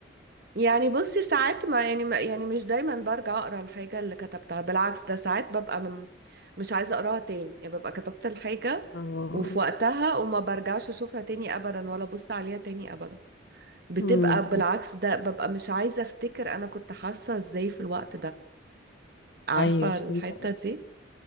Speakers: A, on the right; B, on the left.
A: يعني بصي ساعات ما يعني ما يعني مش دايما برجع اقرا الحاجه اللي كتبتها بالعكس ده ساعات ببقى م- مش عايزه اقراها تاني يعني ببقى كتبت الحاجه
B: اه
A: وفي وقتها وما برجعش اشوفها تاني ابدا ولا ابص عليها تاني ابدا بتبقى
B: امم
A: بالعكس ده ببقى مش عايزه افتكر انا كنت حاسه ازاي في الوقت ده عارفه
B: ايوه فهمت
A: الحته
B: قصدي
A: دي